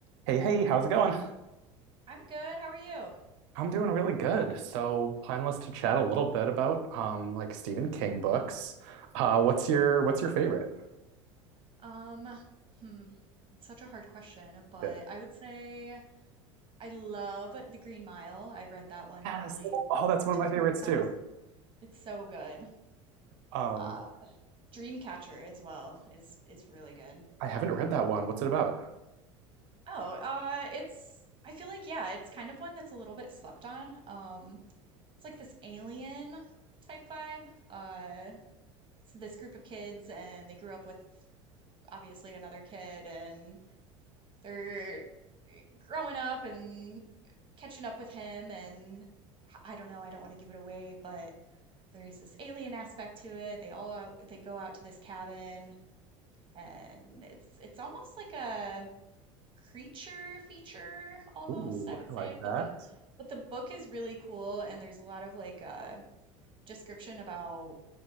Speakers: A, on the right; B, on the right.
A: Hey, hey, how's it going?
B: I'm good. How are you?
A: I'm doing really good. So, plan was to chat a little bit about um like Stephen King books. Uh what's your what's your favorite?
B: Um, hmm. It's such a hard question, but
A: That-
B: I would say I love The Green Mile. I've read that one
A: Yes.
B: probably
A: Oh, that's one
B: two
A: of my
B: or
A: favorites
B: three times.
A: too.
B: It's so good.
A: Um
B: Uh, Dreamcatcher as well is is really good.
A: I haven't read that one. What's it about?
B: Oh, uh, it's I feel like yeah, it's kind of one that's a little bit slept on. Um, it's like this alien type vibe. Uh, it's this group of kids and they grew up with obviously another kid and they're eh, growing up and catching up with him and I don't know, I don't want to give it away, but there is this alien aspect to it. They all out, they go out to this cabin and it's it's almost like a creature feature almost,
A: Ooh,
B: I would say,
A: I like that.
B: but the but the book is really cool and there's a lot of like uh description about